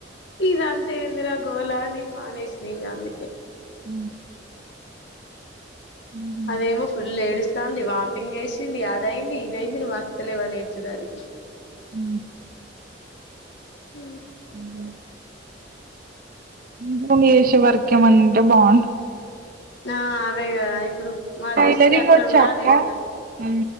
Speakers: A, on the left (about 70°); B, on the right (about 50°).
A: ఇదంతా ఏందిరా గోల అని మానేసినా ఇంక అందుకే
B: ఊ ఉ
A: అదేమో ఫుల్ ఏడుస్తాంది, వామిటింగ్ చేసింది అదయింది ఇదైంది నువ్వు వస్తలేవు అని ఏడ్చుడు అది.
B: ఊ
A: ఊ
B: అ ఇంటి నుండి చేసే వర్క్ ఏమన్నా ఉంటే బాగుండు.
A: ఆ అదేగద, ఇప్పుడు మదర్స్
B: టైలరింగ్
A: కి అట్లా
B: వచ్చా
A: ఉండాలి
B: అక్క
A: ఏవన్నా
B: ఆ